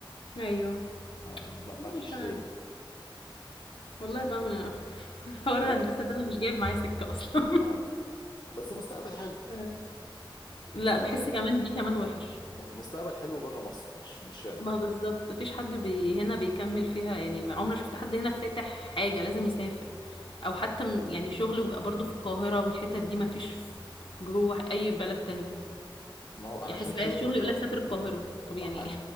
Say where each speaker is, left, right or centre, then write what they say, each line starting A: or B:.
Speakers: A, on the left (about 75°); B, on the left (about 55°).
A: ايوه
B: ما, ما,
A: مش
B: ما فيش
A: عارف
B: تاني
A: والله بقى ما- <laughs> حوار
B: لا
A: هندسة ده انا مش جايب معايا سكة اصلا
B: اه بس مستقبل حلو
A: إمم. لأ،
B: مستقبل
A: باحس
B: حلو
A: كمان دي كمان وِحِش.
B: م- مستقبل حلو بره مصر مش مش هنا
A: ما هو بالضبط، ما فيش حد بي هنا بيكمّل فيها يعني ما عمري ما شُفت حد هنا فاتح حاجة، لازم يسافر أو حتى م يعني شُغله بيبقى برضه في القاهرة والحِتت دي ما فيش ف جوّه أي بلد تانية،
B: ما هو علشان
A: يعني أحس اللي
B: شغل
A: عايز شُغل يقول
B: آه.
A: لك سافر القاهرة، طَب يعني
B: آه، ع-